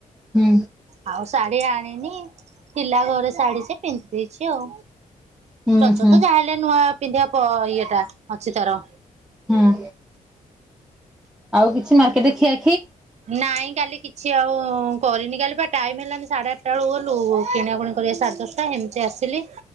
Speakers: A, in the centre; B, on the right.
A: ହୁଁ
B: ଆଉ ଶାଢୀ ଆଣି ପିଲା ଘରେ ଶାଢୀ ସେ ପିନ୍ଧି ଦେଇଛି ଆଉ
A: ହୁଁ
B: ରଜ
A: ହୁଁ
B: ତ ଯାହା ହେଲେ ନୂଆ ପିନ୍ଧିବା ପ ଇଏଟା ଅଛି ତାର
A: ହୁଁ ଆଉ କିଛି ମାର୍କେଟରେ ଖିଆ
B: ନାଇଁ କାଇଁ କାଲି କିଛି ଆଉ କରିନି କାଲି ଟାଇମ ହେଲାନି ସାଢ଼େ ଆଠଟା ବେଳକୁ ଗଲୁ କିଣାକୁୁଣି କରିବା ସାଢ଼େ ଦଶଟା ଏମିତି ଆସିଲି